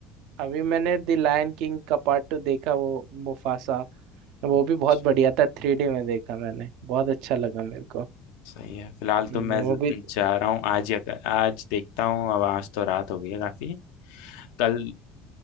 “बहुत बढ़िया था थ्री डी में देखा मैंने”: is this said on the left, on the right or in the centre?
Right